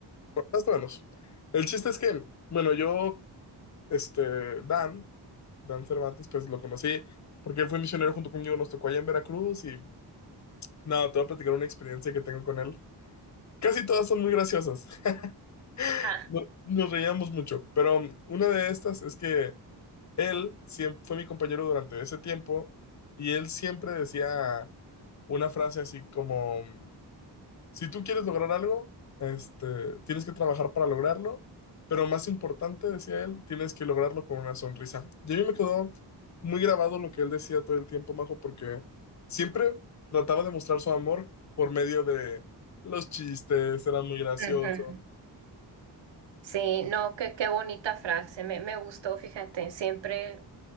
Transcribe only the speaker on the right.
Ajá.
Ujú. Sí, no, qué, qué bonita frase, me, me gustó, fíjate, siempre